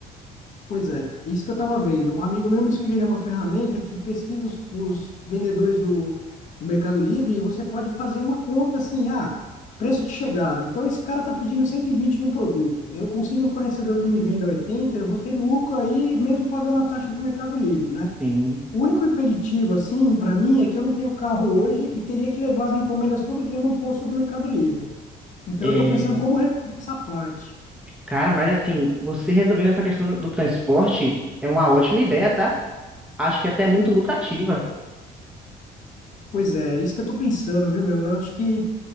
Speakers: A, on the left; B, in the centre.
A: Pois é, é isso que eu estava vendo. Um amigo meu me sugeriu uma ferramenta que pesquisa os, os vendedores do, do Mercado Livre e você pode fazer uma conta assim, ah, preço de chegada. Então esse cara está pedindo 120 num produto. Eu consigo um fornecedor que me venda oitenta eu vou ter lucro aí mesmo pagando a taxa do Mercado Livre, né?
B: Sim.
A: O único impeditivo assim para mim é que eu não tenho carro hoje e teria que levar as encomendas todo dia num posto do Mercado Livre. Então
B: É,
A: eu estou pensando como resolver essa parte.
B: cara, mas assim, você resolvendo essa questão do do transporte é uma ótima ideia, tá? Acho que é até muito lucrativa.
A: Pois é, é isso que eu estou pensando, viu, meu? Eu acho que